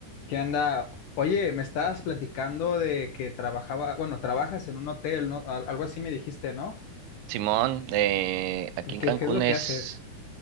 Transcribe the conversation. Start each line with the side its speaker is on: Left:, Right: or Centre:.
Left: ¿Qué anda? Oye, me estabas platicando de que trabajaba, bueno, trabajas en un hotel, ¿no? Al- Algo así me dijiste, ¿no?
Right: Simón, eh, aquí
Left: ¿De ¿Qué,
Right: en Cancún
Left: qué es lo
Right: es,
Left: que haces?